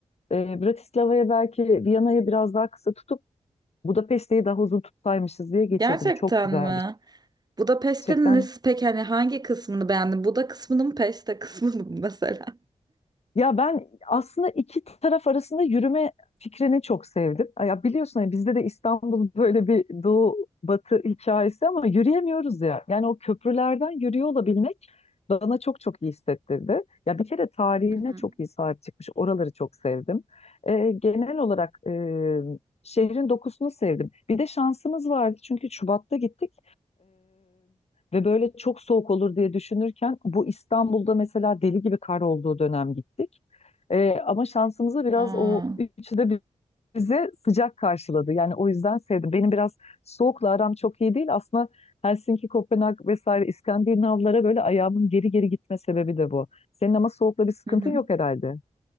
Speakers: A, on the left; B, on the right.
A: e, Bratislava'ya belki Viyana'yı biraz daha kısa tutup Budapeşte'yi daha uzun tutsaymışız diye geçirdim.
B: Gerçekten
A: Çok güzel
B: mi?
A: bir şey.
B: Budapeşte'nin
A: Gerçekten
B: nesi peki hani hangi kısmını beğendin? Buda kısmını mı peste kısmını mı <laughs> mesela?
A: Ya ben aslında iki taraf arasında yürüme fikrini çok sevdim. Ya biliyorsun hani bizde de İstanbul <laughs> böyle bir doğu batı hikayesi ama yürüyemiyoruz ya. Yani o köprülerden yürüyor olabilmek bana çok çok iyi hissettirdi. Ya bir kere tarihine
B: Hı hı.
A: çok iyi sahip çıkmış. Oraları çok sevdim. Ee, genel olarak e, şehrin dokusunu sevdim. Bir de şansımız vardı çünkü Şubat'ta gittik. Ve böyle çok soğuk olur diye düşünürken bu İstanbul'da mesela deli gibi kar olduğu dönem gittik. Ee, ama şansımıza biraz
B: Aa.
A: o üçü de bi- bize sıcak karşıladı. Yani o yüzden sevdim. Benim biraz soğukla aram çok iyi değil. Aslında Helsinki, Kopenhag vesaire İskandinavlara böyle ayağımın geri geri gitme sebebi de bu. Senin ama soğukla bir sıkıntın
B: Hı hı.
A: yok herhalde.